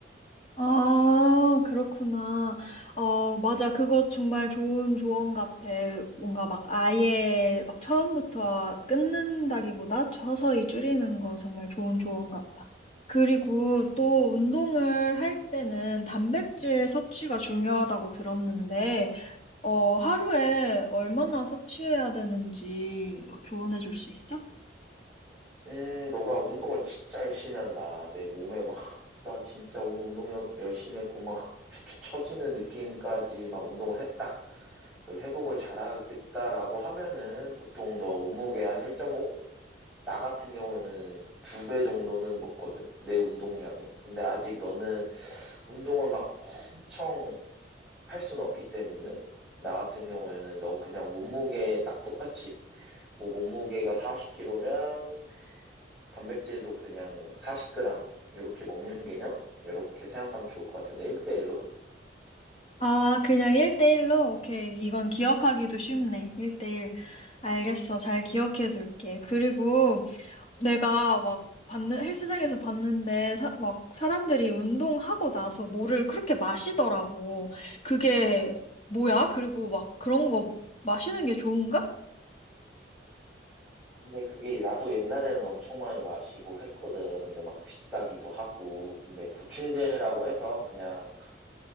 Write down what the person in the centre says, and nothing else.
음, 너가 운동을 진짜 열심히 한다. 내 몸에 막, 나 진짜 오늘 운동력 열심히 했고, 막 축축 처지는 느낌까지 막 운동을 했다. 회복을 잘하겠다라고 하면은 보통 너 몸무게 한 1.5? 나 같은 경우에는 두 배 정도는 먹거든? 내 운동량에. 근데 아직 너는 운동을 막 엄청 할 수는 없기 때문에 나 같은 경우에는 넌 그냥 몸무게 딱 똑같이 뭐 몸무게가 40kg면 단백질도 그냥 40g 이렇게 먹는 개념 이렇게 생각하면 좋을 것 같은데 1대1로
근데 그게 나도 옛날에는 엄청 많이 마시고 했거든 근데 막 비싸기도 하고 근데 보충제라고 해서 그냥